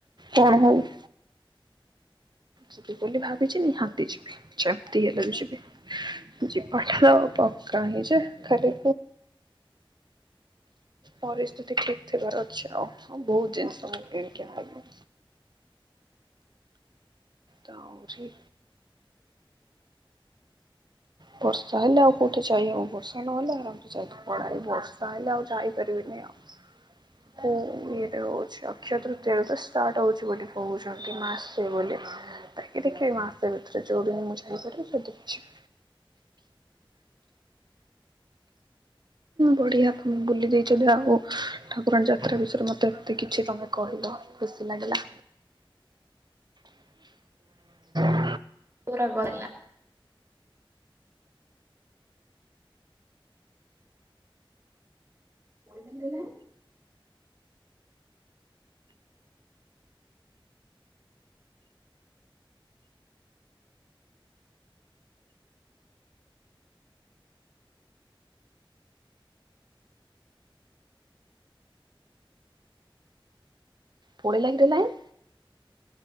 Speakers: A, on the right; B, on the right.
A: କଣ ହଉ ଯିବି ବୋଲି ଭାବିଚି ନିହାତି ଯିବି। ଯେମତି ହେଲେବି ଯିବି। ଯିବାଟାର ପକ୍କା ହିଁ ଯେ ଖାଲି ପରିସ୍ଥିତି ଠିକ ଥିବାର ଅଛି ଆଉ ବହୁତ ଜିନିଷ ମୁ କିଣିକି ଆଣିମି। ତଉରି ବର୍ଷା ହେଲେ ଆଉ କୋଉଠି ଯାଇହବ ବର୍ଷା ନହେଲେ ଆରାମସ ଯାଇ ପଳାରେ ବର୍ଷା ହେଲେ ଆଉ ଯାଇପାରିବିନି ଆଉ। ଇଏଟ ହଉଛି ଅକ୍ଷୟ ତୃତୀୟରେ ତ ଷ୍ଟାର୍ଟ ହଉଛି ବୋଲି କହୁଛନ୍ତି ମାସେ ବୋଲି। ତାକି ଦେଖିବ ମାସେ ଭିତରେ ଯୋଉଦିନ ମୁଁ ଯାଇପାରିବି ସେ ଦିନ ଯିବି। ବଢ଼ିଆ ତମେ ବୁଲି ଦେଇଚ ଯା ହଉ ଠାକୁରାଣୀ ଯାତ୍ରା ବିଷୟରେ ମୋତେ କିଛି ତମେ କହିଲ ଖୁସି ଲାଗିଲା। <inaudible>
B: ପୁରା ଗହିଲା। ପହିଲଙ୍ଗ <unintelligible>
A: ପଳେଇଲା କିରେ ଲାଇନ?